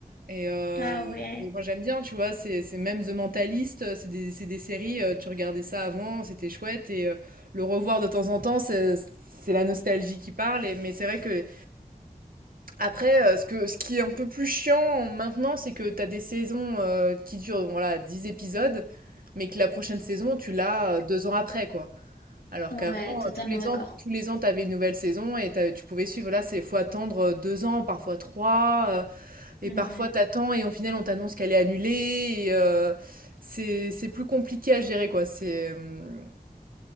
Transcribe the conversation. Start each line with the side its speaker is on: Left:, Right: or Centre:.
Right: et heu
Left: Ah ouais,
Right: et moi j'aime bien, tu vois? C'est c'est même The Mentalist, heu, c'est des c'est des séries, heu, tu regardais ça avant, c'était chouette et heu, le revoir de temps en temps, c'est c'est la nostalgie qui parle et mais c'est vrai que après, heu, ce que ce qui est un peu plus chiant maintenant, c'est que t'as des saisons, heu, qui durent, bon, voilà, 10 épisodes, mais que la prochaine saison, tu l'as, heu, 2 ans après, quoi. Alors
Left: Ouais,
Right: qu'avant,
Left: totalement
Right: heu, tous les
Left: d'accord.
Right: ans tous les ans, t'avais une nouvelle saison et tu tu pouvais suivre. Là, c'est faut attendre, heu, 2 ans, parfois trois, heu, et
Left: ouais,
Right: parfois t'attends et au final, on t'annonce qu'elle est annulée et heu, c'est c'est plus compliqué à gérer, quoi. C'est, hum,